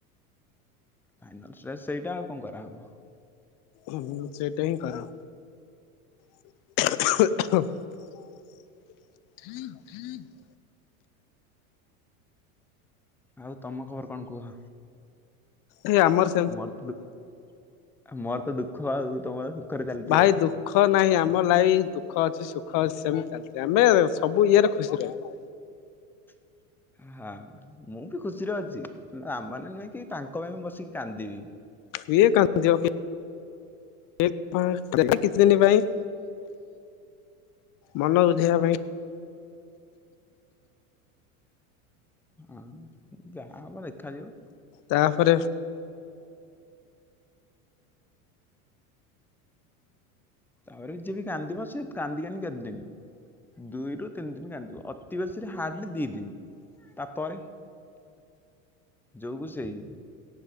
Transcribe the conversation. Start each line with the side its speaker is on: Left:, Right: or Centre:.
Centre: ଫାଇନାଲ ସେ ସେଇଟା ଆଉ କଣ କରାହବ।
Left: ହୁଁ ସେଇଟା ହିଁ କର। <unintelligible>
Centre: ଆଉ ତମ ଖବର କଣ କୁହ।
Left: ଏ ଆମର ସ।
Centre: ମଧୁବୁତ ମୋର ତ ଦୁଃଖ ଆଉ ତମର। ସୁଖରେ ଚାଲିଥିବ
Left: ଭାଇ ଦୁଃ ଦୁଃଖ ନାହିଁ ଆମ ଲାଇ ଦୁଃଖ ଅଛି ସୁଖ ଅଛି ସେମିତି ଚାଲିଛି ଆମେ ସବୁ ଇଏରେ ଖୁସି ରହିବା।
Centre: <inaudible> ହଁ ମୁଁ ବି ଖୁସିରେ ଅଛି ରା ମାନେ ନୁହେଁ କି ତାଙ୍କ ପାଇଁ ମୁଁ ବସିକି କାନ୍ଦିବି।
Left: ଇଏ <unintelligible> ଦେଖ ପା କିଛି ଦିନି ପାଇଁ। ମନ ବୁଝେଇବା ପାଇଁ।
Centre: ହଁ, ଯାହା ହବ ଦେଖାଯିବ।
Left: ତାପରେ
Centre: ତାପରେ ଯିଏବି କାନ୍ଦିବ, ସେ କାନ୍ଦି କାନ୍ଦି କେତେଦିନି? ଦୁଇରୁୁ ତିନି ଦିନ କାନ୍ଦିବ, ଅତି ବେଶୀରେ ହାର୍ଡଲି ଦି ଦିନି, ତାପରେ ଯୋଉକୁ ସେଇ,